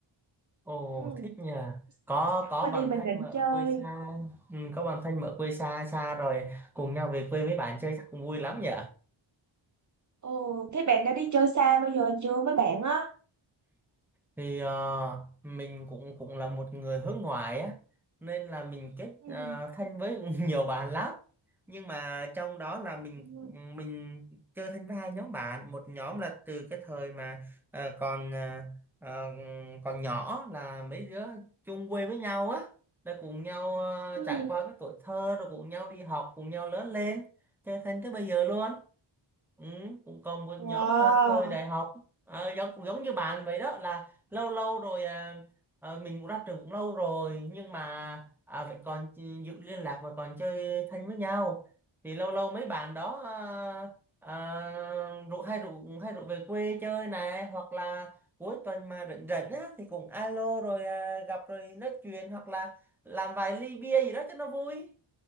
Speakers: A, in the centre; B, on the right.
A: ồ
B: Ừ,
A: thích nhỉ. Có
B: dẫn
A: có
B: mình
A: bạn
B: đi Bình
A: thân
B: Định
A: mà ở
B: chơi.
A: quê xa, ừ, có bạn thân mà ở quê xa xa rồi cùng nhau về quê với bạn chơi chắc cũng vui lắm nhỉ.
B: Ồ, thế bạn đã đi chơi xa bao giờ chưa với bạn á?
A: thì ờ, mình cũng cũng là một người hướng ngoại á nên là mình kết
B: Ừ.
A: ờ, thân với <laughs> nhiều bạn lắm nhưng mà trong đó là mình
B: Ừ.
A: mình chơi thân với hai nhóm bạn một nhóm là từ cái thời mà ờ, còn ờ, ờ, còn nhỏ là mấy đứa chung quê với nhau á rồi cùng nhau ờ,
B: Ừ.
A: trải qua cái tuổi thơ rồi cùng nhau đi học cùng nhau lớn lên chơi thân tới bây giờ luôn ừ, cũng còn một
B: Wow.
A: nhóm là thời đại học Ờ, giống giống như bạn vậy đó là lâu lâu rồi à, ờ, mình cũng ra trường cũng lâu rồi nhưng mà à, vẫn còn chi- giữ liên lạc và còn chơi thân với nhau thì lâu lâu mấy bạn đó à, à, rủ hay rủ hay rủ về quê chơi này hoặc là cuối tuần mà rảnh rảnh á thì cũng alo rồi à, gặp rồi nói chuyện hoặc là làm vài ly bia gì đó cho nó vui